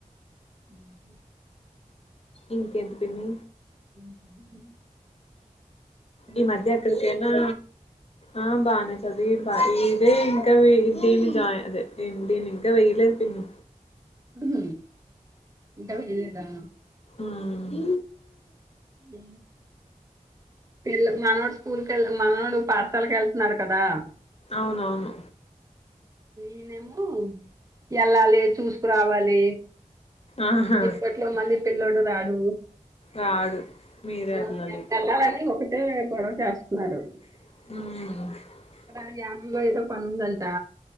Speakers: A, on the right; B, on the left.
A: మ్మ్మ్మ్
B: ఇంకేంది పిన్ని
A: మ్మ్మ్మ్
B: ఈ మధ్య అక్కడికేనా ఆ బాగానే చదువు ఇ బా ఇదే ఇంకా దీని జాయి అదే ఎం దీన్ని ఇంకా వెయ్యలేద్ పిన్ని
A: మ్ ఇంకా వేయలేదా
B: మ్మ్
A: ఎ పిల్ మనువడు స్కూల్ కేళ్ మనువోడు పాఠశాలకు వెళ్తున్నాడు కదా
B: అవునవును
A: ఈనేమో వెళ్లాలి చూసుకురావాలి
B: ఆహా
A: ఇప్పట్లో మళ్ళీ పిల్లడు రాడు
B: రాడు మీరే
A: మ్
B: వెళ్ళాలి
A: ఎళ్ళాలని ఒకటే గొడవ చేస్తున్నారు
B: మ్
A: ఇ యాప్ లో ఏదో పనుందంటా